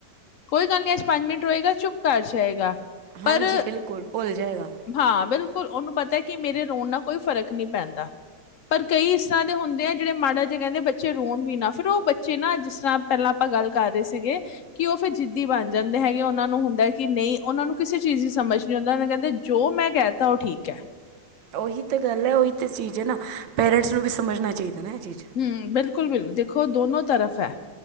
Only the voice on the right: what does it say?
ਹਾਂਜੀ
ਬਿਲਕੁਲ ਭੁੱਲ ਜਾਏਗਾ
ਉਹੀ ਤਾਂ ਗੱਲ ਹੈ। ਉਹੀ ਤਾਂ ਚੀਜ਼ ਹੈ ਨਾ ਪੇਰੈਂਟਸ ਨੂੰ ਵੀ ਸਮਝਣਾ ਚਾਹੀਦਾ। ਨਾ ਇਹ ਚੀਜ਼